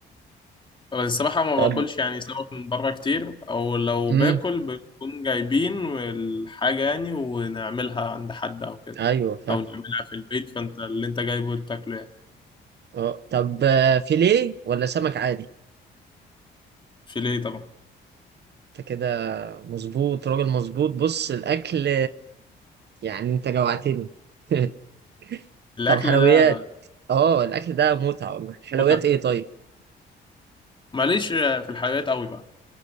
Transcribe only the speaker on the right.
طب
امم
ايوه فاهم
اه طب آه، فيليه ولا سمك عادي
انت كده مظبوط راجل مظبوط بص الاكل يعني انت جوعتني <laughs>
طب حلويات
اه الاكل ده متعة والله حلويات
ايه طيب